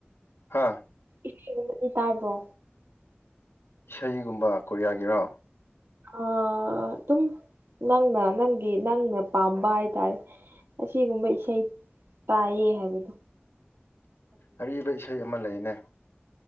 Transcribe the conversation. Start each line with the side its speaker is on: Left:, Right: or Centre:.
Left: ꯍꯥ?
Right: ꯏꯁꯗꯤ ꯇꯥꯕꯔꯣ?
Left: ꯏꯁꯩꯒꯨꯝꯕ ꯀꯣꯔꯤꯌꯥꯒꯤꯔꯣ?
Right: ꯑ ꯑꯗꯨꯝ ꯅꯪꯅ ꯅꯪꯒꯤ ꯅꯪꯅ ꯄꯥꯝꯕ ꯍꯥꯏꯇꯥꯔꯦ꯫ ꯑꯁꯤꯒꯨꯝꯕ ꯏꯁꯩ ꯇꯥꯏꯌꯦ ꯍꯥꯏꯕꯗꯣ꯫
Left: ꯑꯔꯤꯕ ꯏꯁꯩ ꯑꯃ ꯂꯩꯅꯦ꯫